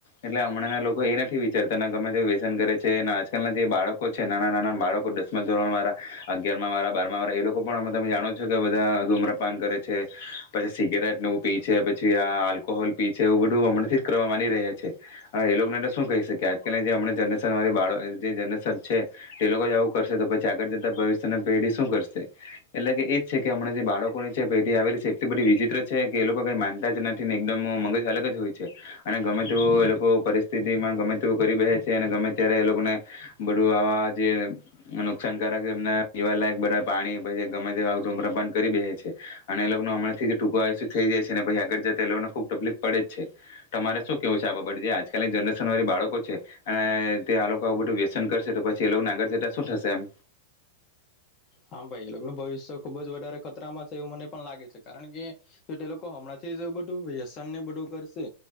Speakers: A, on the left; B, on the left.
A: એટલે હમણાંં લોકો એ નથી વિચારતા ગમે તેવુ વ્યસન કરે છે અને આજકાલના જે બાળકો છે નાના નાના બાળકો દસમાં ધોરણવાળા, અગિયારમાં વાળા, બારમાં વાળા એ લોકો પણ તમે જાણો છો કે બધા ધૂમ્રપાન કરે છે, પછી સિગરેટને એવું પી છે પછી આ આલ્કોહોલ પી છે એવું બધું હમણાંથી જ કરવા માંડી રહ્યા છે, હવે એ લોકોને શું કહી શકાય? આજકાલની જે હમણની જનરેશન <unintelligible> જે જનરેશન છે એ લોકો જ આવું કરશે તો પછી આગળ જતા ભવિષ્યની પેઢી શું કરશે? એટલે કે એ જ છે કે હમણા જે બાળકોની છે પેઢી આવેલી છે એટલી બધી વિચિત્ર છે કે એ લોકો કઈ માનતા જ નથી ને એકદમ મગજ અલગ જ હોય છે અને ગમે તેવુ એ લોકો પરિસ્થિતિમાં ગમે તેવુ કરી બેસે છે અને ગમે ત્યારે એ લોકોને બધું આવા અ નુકસાનકારકના પીવાલાયક બધા પાણી પછી ગમે તેવા ધુમ્રપાન કરી બેહે છે અને એ લોકો હમણાંથી ટૂંકુ આયુષ્ય થઈ જાય છે ને પછી આગળ જતા એ લોકોને ખુબ તકલીફ પડે જ છે. તમારે શું કેવું છે આ બાબતે જે આજકાલની જનરેશનવાળી બાળકો છે અને તે આ લોકો આવું બધું વ્યસન કરશે તો પ તે લોકોને આગળ જતાં શું થશે એમ.
B: હા ભાઈ એનું ભવિષ્ય ખુબ જ વધારે ખતરામાં છે એવું મને પણ લાગે છે. કારણ કે જો તે લોકો હમણાંથી જો બધું વ્યસનને બધું કરશે